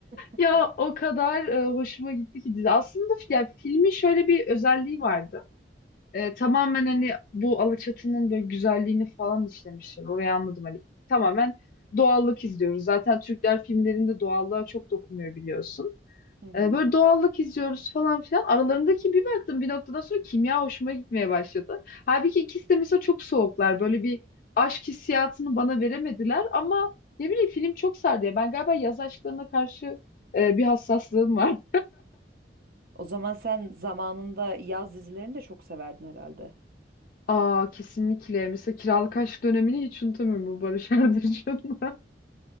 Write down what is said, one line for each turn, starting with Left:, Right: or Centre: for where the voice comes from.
Right: <laughs>
Left: Ya o kadar e, hoşuma gitti ki dizi. Aslında ya filmin şöyle bir özelliği vardı. E, tamamen hani bu Alaçatı'nın böyle güzelliğini falan işlemişler. Orayı anladım hani tamamen doğallık izliyoruz. Zaten Türkler filmlerinde doğallığa çok dokunuyor biliyorsun.
Right: Hı hı.
Left: E, böyle doğallık izliyoruz falan filan. Aralarındaki bir baktım bir noktadan sonra kimya hoşuma gitmeye başladı. Halbuki ikisi de mesela çok soğuklar. Böyle bir aşk hissiyatını bana veremediler ama ne bileyim film çok sardı ya. Ben galiba yaz aşklarına karşı e, bir hassaslığım var.
Right: O zaman sen zamanında yaz dizilerini de çok severdin herhalde.
Left: Aa kesinlikle. Mesela kiralık aşk dönemini hiç unutamıyorum bu Barış Arduç'unla.